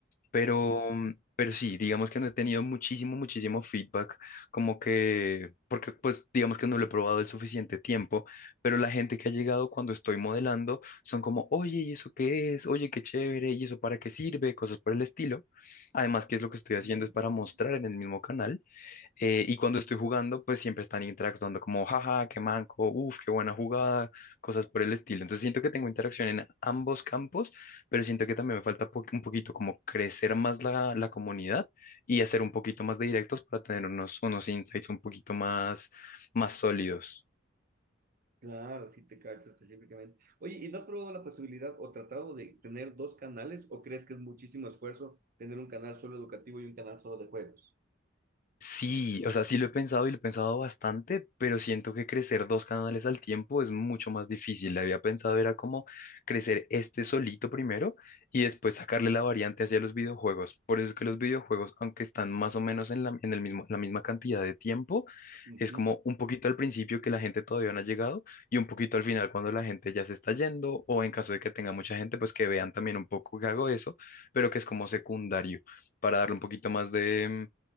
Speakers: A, on the left; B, on the right.
A: Pero, mm, pero sí, digamos que no he tenido muchísimo, muchísimo feedback, como que, porque pues digamos que no lo he probado el suficiente tiempo, pero la gente que ha llegado cuando estoy modelando son como, oye, ¿y eso qué es? Oye, qué chévere, ¿y eso para qué sirve? Cosas por el estilo. Además, que es lo que estoy
B: Ujú.
A: haciendo es para mostrar en el mismo canal eh, y cuando estoy jugando, pues siempre están interactuando como, jaja, qué manco, uff, qué buena jugada, cosas por el estilo. Entonces siento que tengo interacción en ambos campos, pero siento que también me falta po- un poquito como crecer más la, la comunidad y hacer un poquito más de directos para tener unos, unos insights un poquito más, más sólidos.
B: Claro, sí te cacho específicamente. Oye, ¿y no has probado la posibilidad o tratado de tener dos canales o crees que es muchísimo esfuerzo tener un canal solo educativo y un canal solo de juegos?
A: Sí, o sea, sí lo he pensado y lo he pensado bastante, pero siento que crecer dos canales al tiempo es mucho más difícil. Había pensado era como crecer este solito primero y después sacarle la variante hacia los videojuegos. Por eso es que los videojuegos, aunque están más o menos en la, en el mismo, la misma cantidad de tiempo,
B: Ujú.
A: es como un poquito al principio que la gente todavía no ha llegado y un poquito al final cuando la gente ya se está yendo o en caso de que tenga mucha gente, pues que vean también un poco que hago eso, pero que es como secundario para darle un poquito más de